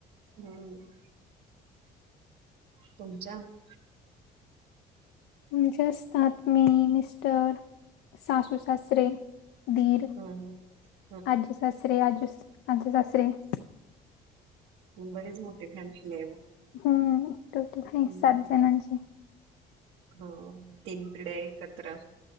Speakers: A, on the right; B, on the left.
A: हम्म. <unintelligible> तुमच्या? <unintelligible>
B: आमचे असतात मी मिस्टर <unintelligible> सासू सासरे दीर <unintelligible>
A: हा हां. <unintelligible>
B: आजी सासरे आजू सा आजत सासरे <unintelligible>
A: बरींच मोठी फॅमिली हाय मगं. <unintelligible>
B: हम्म. <unintelligible>
A: <inaudible>
B: सात जणांची
A: <unintelligible> हो तीन पिढ्या एकत्र